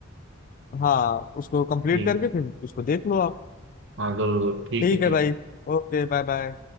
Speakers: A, on the left; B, on the right.
A: हाँ उसको कंप्लीट
B: ठीक
A: करके फिर इसको देख लो आप
B: हाँ जरूर जरूर ठीक
A: ठीक
B: है ठीक
A: है भाई Okay bye bye